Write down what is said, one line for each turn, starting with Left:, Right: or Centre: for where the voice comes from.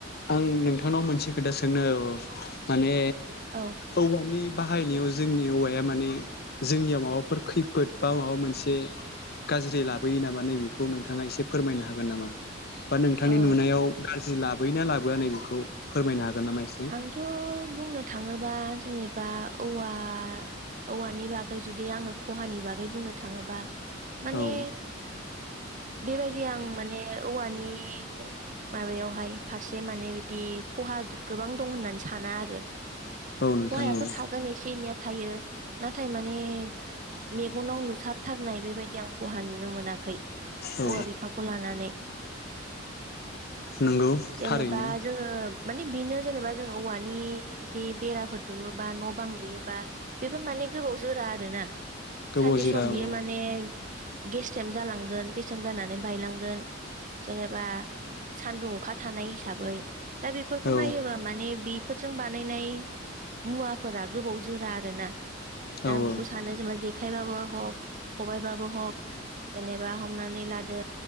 Left: आं नोंथांनाव मोनसे खोथा सोंनो औ माने
Right: औ
Left: औवानि। बाहायनायाव जोंनि औवाया माने जोंनियाव माबाफोर खैफोद बा माबा मोनसे। गाज्रि लाबोयो नामा नैबेखौ नोंथाङा एसे फोरमायनो हागोन नामा। बा नोंथांनि
Right: औ
Left: नुनायाव गाज्रि लाबोयोना लाबोआ नै बेखौ फोरमायनो हागोन। नामा एसे
Right: आंथ' बुंनो थाङोबा जेनेबा औवा औवानि बागै। जुदि आङो खहानि बागै बुंनो थाङोबा माने।
Left: औ
Right: बेबायदि आं माने औवानि। ए माबायावहाय फारसे माने बिदि खहा। गोबां दं होननानै साना आरो
Left: औ नोंथां
Right: खहायाथ'
Left: औ
Right: थागोन एसे एनैया थायो। नाथाय माने मेगनाव नु। सारथारनाय बेबायदि आं खहा नुनो मोनाखै
Left: औ
Right: औवा बिफांखौ लानानै।
Left: नंगौ
Right: जेनेबा
Left: थारैनो
Right: जोङो मानि बेनो जेनेबा दा जोंङो औवानि जुदि बेराफोर दुमोबा न' बां लुयोबा बेफोर माने गोबाव जोरा आरोना।
Left: गोबाव
Right: सानसे
Left: जिरा
Right: सम बियो
Left: औ
Right: माने गेस्रेम जालांगोन गेस्रेम जानानै बायलांगोन। जेनेबा सानदुं अखा थानाय हिसाबै दा बेफोरखौ
Left: औ
Right: नायोबा माने बेफोरजों बानायनाय मुवाफोरा गोबाव जोरा आरोना। दा
Left: औ
Right: आं बेखौ
Left: औ
Right: सानो जेनेबा जे जेखाइबाबो हक खबायाइबाबो हक जेनेबा हमनानै लादो